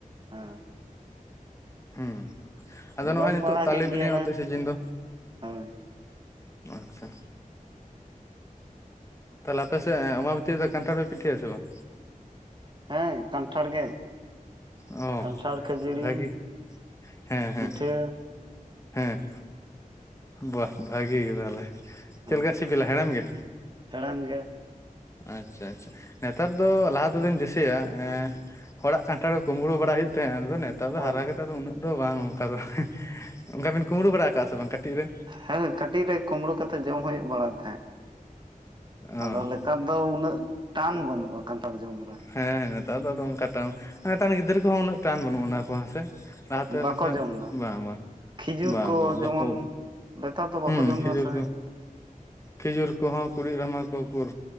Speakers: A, on the right; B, on the left.
A: ᱦᱮᱸ
B: ᱦᱩᱸ, ᱟᱫᱚ ᱱᱚᱜᱼᱚᱭ
A: ᱡᱚᱢ
B: ᱱᱤᱛᱳᱜ
A: ᱵᱟᱲᱟ
B: ᱛᱟᱞᱮ
A: ᱠᱮᱫ ᱜᱮᱭᱟᱞᱮ
B: ᱵᱤᱞᱤ ᱚᱱᱛᱮ ᱥᱤᱡᱤᱱ ᱫᱚ᱾
A: ᱦᱳᱭ
B: ᱟᱪᱪᱷᱟ ᱛᱟᱦᱚᱞᱮ ᱟᱯᱮ ᱥᱮᱫ ᱟᱢᱵᱟᱵᱩᱛᱤ ᱨᱮ ᱫᱚ ᱠᱟᱱᱴᱷᱟᱲ ᱯᱮ ᱯᱤᱴᱷᱟᱹᱭᱟᱥᱮ ᱵᱟᱝ?
A: ᱦᱮᱸ ᱠᱟᱱᱴᱷᱟᱲ ᱜᱮ᱾
B: ᱚ
A: ᱠᱟᱱᱴᱷᱟᱲ ᱠᱷᱟᱹᱡᱟᱹᱲᱤ
B: ᱵᱷᱟᱹᱜᱤ ᱦᱮᱸ ᱦᱮᱸ
A: ᱯᱤᱴᱷᱟᱹ
B: ᱦᱮᱸ, ᱵᱟ ᱵᱷᱟᱜᱤ ᱜᱮ ᱛᱟᱦᱚᱞᱮ
A: ᱦᱮᱸ
B: ᱪᱮᱫᱞᱮᱠᱟ ᱥᱤᱵᱤᱞᱟ ᱦᱮᱲᱮᱢ ᱜᱮ?
A: ᱦᱮᱲᱮᱢ ᱜᱮ᱾
B: ᱟᱪᱪᱷᱟ ᱟᱪᱪᱷᱟ, ᱱᱮᱛᱟᱨ ᱫᱚ ᱞᱟᱦᱟ ᱛᱮᱫᱚᱧ ᱫᱤᱥᱟᱹᱭᱟ ᱮᱸ ᱦᱚᱲᱟᱜ ᱠᱟᱱᱴᱷᱟᱲ ᱠᱚ ᱠᱩᱢᱵᱽᱲᱩ ᱵᱟᱲᱟ ᱦᱩᱭᱩᱜ ᱛᱟᱦᱮᱸᱜ ᱟᱫᱚ ᱱᱮ ᱛᱟᱨ ᱫᱚ
A: ᱦᱳᱭ
B: ᱦᱟᱨᱟ ᱠᱟᱛᱮᱫ ᱫᱚ ᱩᱱᱟᱹᱜ ᱫᱚ ᱵᱟᱝ ᱚᱱᱠᱟ ᱫᱚ, ᱚᱱᱠᱟ ᱵᱤᱱ ᱠᱩᱢᱲᱩ ᱵᱟᱲᱟ ᱠᱟᱜᱼᱟ ᱥᱮ ᱵᱟᱝ ᱠᱟᱹᱴᱤᱡ ᱨᱮ?
A: ᱦᱮᱸ ᱠᱟᱹᱴᱤᱡ ᱨᱮ ᱠᱩᱢᱵᱽᱲᱩ ᱠᱟᱛᱮᱫ ᱡᱚᱢ ᱦᱩᱭᱩᱜ ᱵᱟᱲᱟᱭ ᱛᱟᱦᱮᱸᱫ᱾
B: ᱚ
A: ᱟᱫᱚ ᱱᱮᱛᱟᱨ ᱫᱚ ᱩᱱᱟᱹᱜ ᱴᱟᱱ ᱵᱟᱹᱱᱩᱜᱼᱟ ᱠᱟᱱᱴᱷᱟᱲ ᱡᱚᱢ ᱨᱮ᱾
B: ᱦᱮᱸ ᱱᱮᱛᱟᱨ ᱫᱚ ᱟᱫᱚ ᱚᱱᱠᱟ ᱴᱟᱱ ᱱᱮᱛᱟᱨ ᱨᱮᱱ ᱜᱤᱫᱽᱨᱟᱹ ᱠᱚᱦᱚᱸ ᱩᱱᱟᱹᱜ ᱴᱟᱱ ᱵᱟᱹᱱᱩᱜᱼᱟ ᱵᱟᱝ ᱥᱮ ᱞᱟᱦᱟᱛᱮ
A: ᱵᱟᱠᱚ
B: ᱞᱮᱠᱷᱟᱱ
A: ᱡᱚᱢ ᱮᱫᱟ
B: ᱵᱟᱝ ᱵᱟᱝ᱾
A: ᱠᱷᱤᱡᱩᱨ
B: ᱵᱟᱝ
A: ᱠᱚ
B: ᱵᱟᱝ
A: ᱡᱮᱢᱚᱱ
B: ᱵᱟᱠᱚ
A: ᱱᱮᱛᱟᱨ ᱫᱚ
B: ᱦᱩᱸ
A: ᱵᱟᱠᱚ ᱡᱚᱢ
B: ᱠᱷᱤᱡᱩᱨ
A: ᱮᱫᱟ ᱥᱮ
B: ᱠᱚ ᱠᱷᱤᱡᱩᱨ ᱠᱚᱦᱚᱸ ᱠᱩᱲᱤᱫ ᱨᱟᱢᱟ ᱠᱚ ᱩᱠᱩᱨ